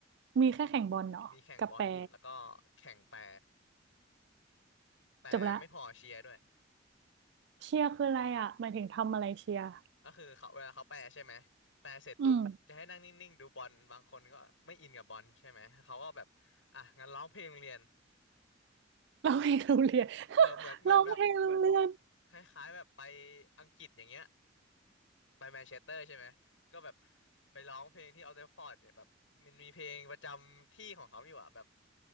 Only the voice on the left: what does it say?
มีแข่งบอลแล้วก็แข่งแปรแปรไม่พอเชียร์ด้วย
ก็คือเขาเวลาเขาแปรใช่ไหมแปรเสร็จปุ๊บจะให้นั่งนิ่งๆดูบอลบางคนก็ไม่อินกับบอลใช่ไหมเขาก็แบบอ่ะงั้นร้องเพลงโรงเรียน
เออเหมือนเหมือนแบบ
คล้ายๆแบบไปอังกฤษอย่างเงี้ยไปแมนเชสเตอร์ใช่ไหมก็แบบไปร้องเพลงที่ออลเทฟฟอร์ดเนี่ยแบบมันมีเพลงประจำที่ของเขาอยู่อะแบบ